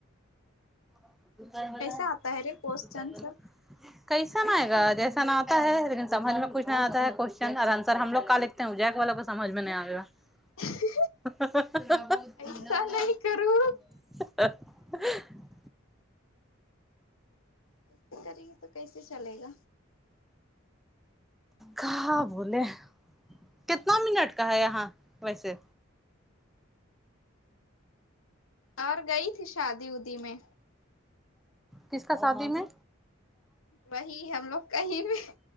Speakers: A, in the centre; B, on the left.
A: <unintelligible>
B: کیسا آتا ہے رے کوشچن سب
A: کیسن آئے گا جیسن نہ آتا ہے لیکن سمجھ میں کچھ نہ آتا ہے کوشچن اور آنسر ہم لو کال جیک والا کو سمجھ میں نہیں آیا
B: <inaudible>
A: <inaudible>
B: ایسا نہیں کرو ای <unintelligible> ے کرے گی تو کیسے چلے گا
A: کہاں بولے کتنا منٹ کا ہے یہاں ویسے
B: اور گئی تھی شادی ودی میں
A: کس کا شادی میں
B: وہی ہم لوگ کہیں بھی